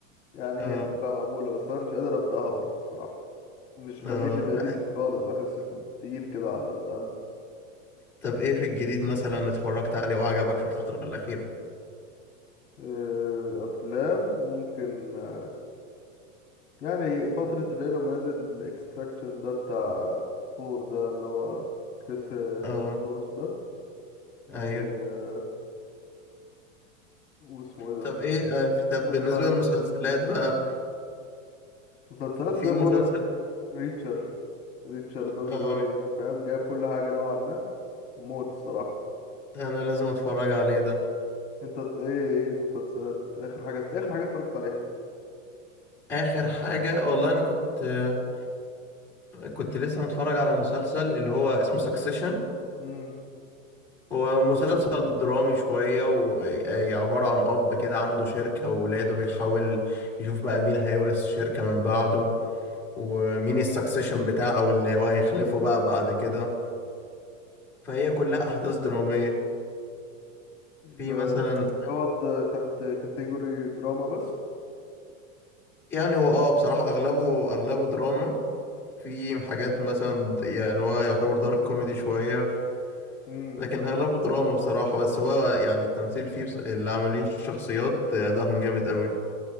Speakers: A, on the left (about 35°); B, in the centre.
A: يعني
B: اه
A: تبقى مقبولة بس انا مش قادر ابدأها برضو الصراحة مش بميل
B: اه
A: للقديم
B: لا
A: خالص بحس التقيل كده على القلب
B: طب ايه في الجديد مثلا اتفرجت عليه وعجبك في الفترة الأخيرة
A: آه، افلام ممكن آه، يعني فترة اللي هي لما نزل اكستراكشن ده بتاع ثور ده اللي هو كريس هيمسورث
B: اه
A: ده
B: ايوه
A: و... آه، واسمه ايه ده
B: طب ايه آه، طب
A: توب
B: بالنسبة
A: جان
B: للمسلسلات
A: توم كروز
B: بقى
A: كده مسلسلات
B: في
A: زي ما
B: مسلسل
A: بقولك ريتشر ريتشر ده بالنسبة
B: اه
A: لي فاهم جايب كل حاجة نوعا ما موت الصراحة
B: انا لازم اتفرج عليه ده
A: انت ت- ايه ايه مسلسلات اخر حاجات اخر حاجه اتفرجت عليها
B: اخر حاجة والله انا كنت آه، كنت لسه متفرج على مسلسل اللي هو اسمه سكسيشن
A: امم
B: هو مسلسل درامي شوية وعبارة عن اب كده عنده شركة وولاده بيحاول يشوف بقى مين هيورث الشركة من بعده ومين السكسيشن بتاعه او اللي هو هيخلفه بقى بعد كده فهي كلها
A: امم.
B: احداث درامية
A: ده
B: في مثلا
A: يعني هو ده تحت كاتيجوري دراما بس
B: يعني هو اه بصراحة اغلبه اغلبه دراما في حاجات مثلا د- يعني هو يعتبر دارك كوميدي شوية
A: امم
B: لكن أغلبه دراما بصراحة بس هو يعني التمثيل فيه بص... اللي عاملين الشخصيات أدائهم جامد قوي